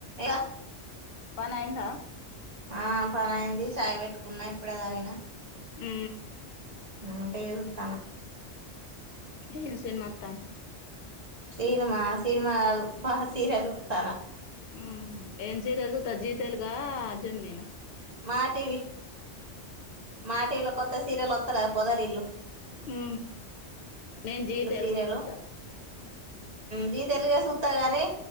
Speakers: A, on the right (about 35°); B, on the left (about 60°).
A: ఏద
B: పనయింద
A: ఆ పన అయింది చాయ పెట్టుకున్నా ఇప్పుడే తాగిన
B: ఉ
A: ఆ టీవీ చూత్తన్న
B: ఏం సినిమా అత్తంది
A: సినిమా సినిమా కాదు సీరియల్ సూత్తన్న
B: ఉ ఏం సీరియల్ చూస్తన్నావ్ జీ తెలుగా జెమినీ నా
A: మా టివి మాటీవీలో కొత్త సీరియల్ వత్తలేదా పొదరి ఇల్లు
B: ఉ నేను జీ తెలుగు
A: సీరియలు
B: చూస్తా
A: జీ తెెలుగే సుతా గాని